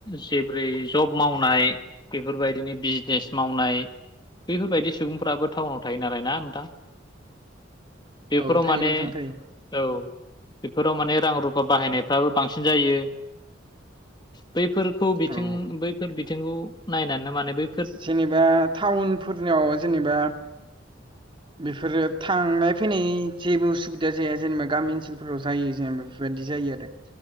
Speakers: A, on the left (about 25°); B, on the right (about 25°).
A: जेबोरै जब मावनाय बेफोरबायदिनि बिजनेस मावनाय बैफोरबायदि सुबुंफ्राबो टाउनाव थायो नालाय ना नोंथां। बेफोराव
B: औ
A: माने
B: थायो नोंथां थायो
A: औ बेफोराव माने रां रुफा बाहायनायफ्राबो बांसिन जायो। बैफोरखौ बिथिं
B: औ
A: बैफोर बिथिंखौ नायनानै माने बै
B: जेनेबा टाउनफोरनियाव जेनेबा
A: <unintelligible>
B: बेफोरो थांनाय फैनाय जेबो उसुबिदा जाया जेनेबा गामि ओनसोलफोराव जायो जेनेबा बेफोरबायदि जायो आरो।